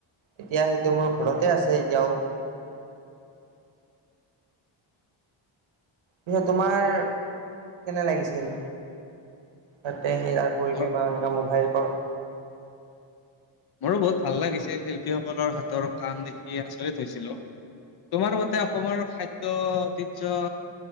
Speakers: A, on the right; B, on the left.
A: এতিয়া সেইটো মোৰ ঘৰতে আছে এতিয়াও। পিছে তোমাৰ কেনে লাগিছিল? তাতে সেই তাৰ পৰিৱেশ
B: মোৰ
A: বা এনেকুৱা মোবাইল ফোন
B: মোৰো বহুত ভাল লাগিছে শিল্পীসকলৰ হাতৰ কাম দেখি আচৰিত হৈছিলো। তোমাৰ মতে অসমৰ খাদ্য ঐতিয্য